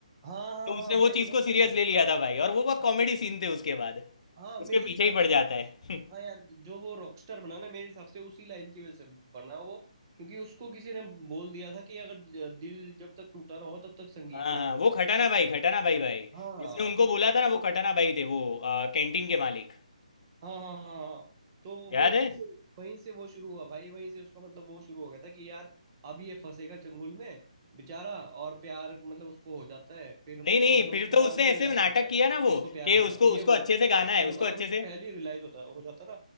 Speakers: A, on the right; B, on the left.
A: हाँ हाँ
B: तो
A: हाँ
B: उसने वो
A: भाई
B: चीज़
A: भाई
B: को सीरियस ले लिया था भाई और वो बहुत
A: हाँ
B: कॉमेडी सीन थे उसके बाद
A: हाँ
B: उसके
A: मेरे
B: पीछे
A: हिसाब
B: ही
A: से
B: पड़ जाता है
A: तो हाँ
B: <laughs>
A: यार जो वो रॉकस्टार बना ना मेरे हिसाब से उसी लाइन की वजह से बना वो क्योंकि उसको किसी ने बोल दिया था कि अगर ज- दिल जब तक टूटा ना हो तब तक संगीत
B: हाँ हाँ
A: नहीं निकलता
B: वो खटाना भाई खटाना भाई भाई
A: हाँ
B: जिसने उनको
A: तो, तो
B: बोला था ना वो खटाना भाई थे वो आ, कैंटीन के मालिक
A: हाँ हाँ हाँ हाँ। तो
B: याद
A: वहीं
B: है
A: से वहीं से वो शुरू हुआ भाई वहीं से उसका मतलब वो शुरू हो गया था कि यार अब ये फंसेगा चंगुल में बेचारा और प्यार मतलब उसको हो जाता है फिर मतलब
B: नहीं नहीं फिर
A: उसको
B: तो
A: बाद
B: उसने
A: में
B: ऐसे
A: रियलाइज
B: नाटक
A: होता है
B: किया ना
A: कि
B: वो
A: उसको प्यार
B: कि
A: हो
B: उसको
A: गया ये
B: उसको
A: वो
B: अच्छे
A: वो-
B: से गाना है
A: मतलब
B: उसको
A: अगर
B: अच्छे
A: उसको
B: से
A: पहले ही रियलाइज होता हो जाता ना